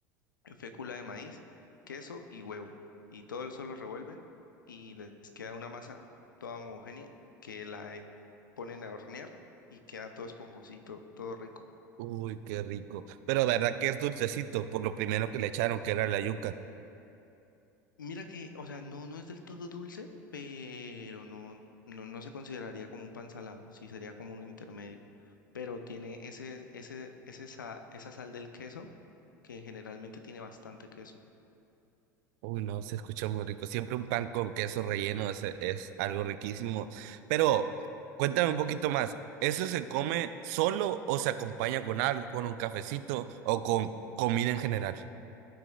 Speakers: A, on the left; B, on the right.
A: fécula de maíz, queso y huevo, y todo eso lo revuelven y les queda una masa toda homogénea que la eh, ponen a hornear y queda todo esponjosito, todo rico.
B: Uy, qué rico. Pero verdad que es dulcecito, por lo primero que le echaron, que era la yuca.
A: Mira que, o sea, no, no es del todo dulce, pero no, no, no se consideraría como un pan salado, sí sería como un intermedio. Pero tiene ese, ese, ese sa- esa sal del queso, que generalmente tiene bastante queso.
B: Uy, no, se escucha muy rico. Siempre un pan con queso relleno es, es algo riquísimo. Pero cuéntame un poquito más, ¿eso se come solo o se acompaña con algo, con un cafecito o con comida en general?